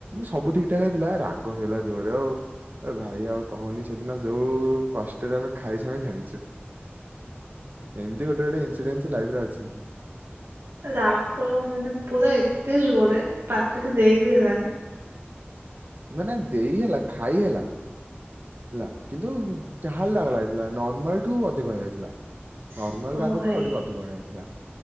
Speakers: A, on the right; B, on the right.
A: ସବୁ ଠିକ୍, ଠାକେ ଥିଲା, ରାଗ ହେଇଗଲା ଜୋରେ ଆଉ। ଏ ଭାଇ ଆଉ କହନି, ସେଦିନ ଯୋଉ କଷ୍ଟରେ ଆମେ ଖାଇଚୁ <unintelligible> ଜାଣିଛୁ। ଏମତି ଗୋଟେ ଗୋଟେ ଇନସିଡେଣ୍ଟସ୍ ଲାଇଫ୍ ରେ ଅଛି।
B: ରାଗ ମାନେ ପୁରା ଏତେ ଜୋରେ ପାତିରେ ଦେଇ ବିି ହେଲାନି।
A: ମାନେ ଦେଇ ହେଲା ଖାଇ ହେଲା। ହେଲା କିନ୍ତୁ ଯାହା ହେଲେ ରାଗ ଲାଗୁଥିଲା ନର୍ମାଲଠୁ ଅଧିକ ହେଇଯାଇଥିଲା। ନର୍ମାଲ
B: ଓ
A: ରାଗଠୁ
B: ଭାଇ
A: ଆଉ ଟିକେ ଅଧିକ ହେଇଥିଲା